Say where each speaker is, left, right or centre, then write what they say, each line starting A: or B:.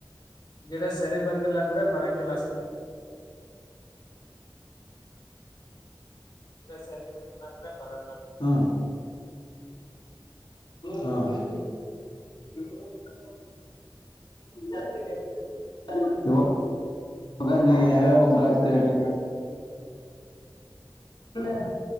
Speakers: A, on the left; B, on the left.
A: <unintelligible> ಗಿಡ ಸರಿ ಬಂದಿಲ್ಲಂದ್ರೆ ಬರಂಗಿಲ್ಲಷ್ಟತ <unintelligible> ಈರ ಸರಿ ಮಾಡಿಲ್ಲ ಅಂದ್ರೆ ಬರನ್ಗಗ್ತವೆ
B: ಹ್ಮ ಹಾ ಹ <unintelligible>
A: ನಿಮ್ ಕಡೆ ಏನ್ ಬೆಳಿತಾರ ನೀವು ಜಾಸ್ತಿ
B: ಹ ನೀ ಯಾವಾಗ ಒಬರ ಆಗ್ತ ನೀ <unintelligible> ಹ